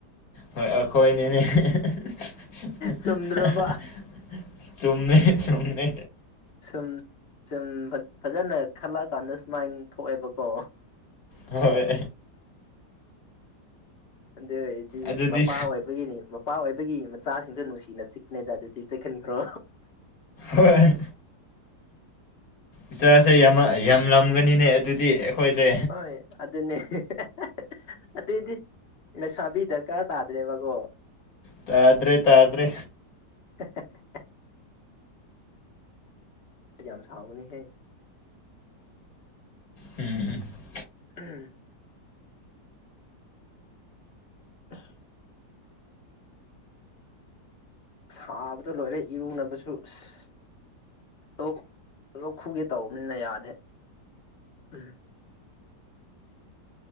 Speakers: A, on the left; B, on the left.
A: ꯍꯣꯏ ꯑꯩꯈꯣꯏꯅꯤꯅꯦ <unintelligible>
B: ꯆꯨꯝꯗ꯭ꯔꯣꯕ
A: ꯆꯨꯝꯃꯦ ꯆꯨꯝꯃꯦ
B: ꯁꯨꯝ ꯁꯨꯝ ꯐꯖꯅ ꯈꯜꯂꯛꯑꯀꯥꯟꯗ ꯁꯨꯃꯥꯏꯅ ꯊꯣꯛꯑꯦꯕꯀꯣ
A: ꯍꯣꯏ
B: ꯑꯗꯨ ꯑꯣꯏꯔꯗꯤ
A: ꯑꯗꯨꯗꯤ
B: ꯃꯄꯥ ꯑꯣꯏꯕꯒꯤꯅꯤ ꯅꯨꯄꯥ ꯑꯣꯏꯕꯒꯤ ꯃꯆꯥꯁꯤꯡꯁꯨ ꯅꯨꯡꯁꯤꯅ ꯆꯤꯛꯉꯩꯗ ꯑꯗꯨꯗꯤ ꯆꯤꯛꯍꯟꯈ꯭ꯔꯣ
A: ꯍꯣꯏ ꯏꯆꯥꯁꯦ ꯌꯥꯝ ꯌꯥꯝꯂꯝꯒꯅꯤꯅꯦ ꯑꯗꯨꯗꯤ ꯑꯩꯈꯣꯏꯁꯦ
B: ꯍꯣꯏ ꯑꯗꯨꯅꯦ <unintelligible> ꯑꯗꯨꯏꯗꯤ ꯂꯩꯁꯥꯕꯤ ꯗꯔꯀꯥꯔ ꯇꯥꯗ꯭ꯔꯦꯕꯀꯣ
A: ꯇꯥꯗ꯭ꯔꯦ ꯇꯥꯗ꯭ꯔꯦ
B: <unintelligible> ꯌꯥꯝ ꯁꯥꯥꯎꯒꯅꯤ ꯍꯦ
A: ꯎꯝ
B: <unintelligible> <unintelligible> ꯁꯥꯕꯗ ꯂꯣꯏꯔꯦ ꯏꯔꯨꯅꯕꯁꯨ ꯑꯁ ꯂꯣꯛ ꯂꯣꯛ ꯈꯨꯒꯦ ꯇꯧꯅꯤꯅ ꯌꯥꯗꯦ ꯎꯝ